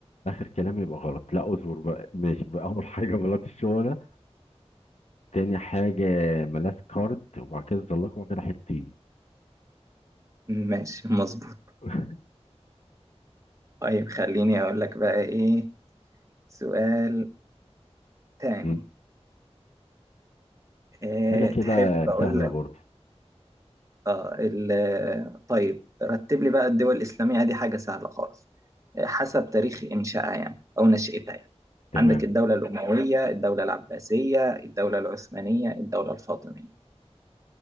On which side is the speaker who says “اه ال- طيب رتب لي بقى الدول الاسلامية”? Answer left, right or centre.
Right